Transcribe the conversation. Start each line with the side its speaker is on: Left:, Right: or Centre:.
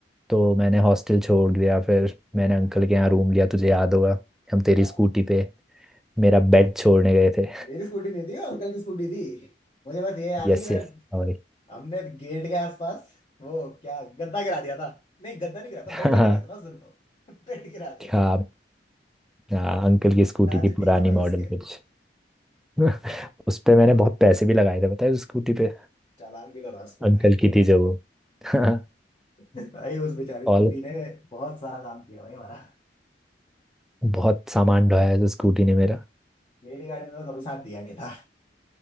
Centre: तो मैंने हॉस्टल छोड़ दिया फिर मैंने अंकल के यहाँ रूम लिया तुझे याद होगा हम तेरी
Left: था
Centre: स्कूटी पे मेरा बेड छोड़ने गए थे
Left: मेरी स्कूटी नहीं थी अंकल की स्कूटी थी मुझे बस ये याद
Centre: <laughs> Yes
Left: है कि मेरे
Centre: yes sorry <laughs>
Left: हमने गेट के आसपास वो क्या गद्दा गिरा दिया था नहीं गद्दा नहीं गिरा
Centre: हाँ
Left: था बेड लेके गया था ना उस दिन तो <laughs> बेड गिरा दिया
Centre: क्या
Left: था भाई
Centre: हाँ, अंकल की स्कूटी
Left: अच्छा
Centre: थी
Left: ठीक
Centre: पुरानी
Left: है भाई
Centre: मॉडल
Left: उसके
Centre: कुछ <laughs> उस पे मैंने बहुत पैसे भी लगाए थे पता है उस स्कूटी पे
Left: चालान भी तो था उस पे
Centre: अंकल की थी जो वो <laughs>
Left: <laughs> भाई उस बेचारी
Centre: और
Left: स्कूटी ने बहुत सारा काम किया भाई हमारा
Centre: बहुत सामान ढोया है जो स्कूटी ने मेरा
Left: मेरी गाड़ी में तो कभी साथ दिया नहीं था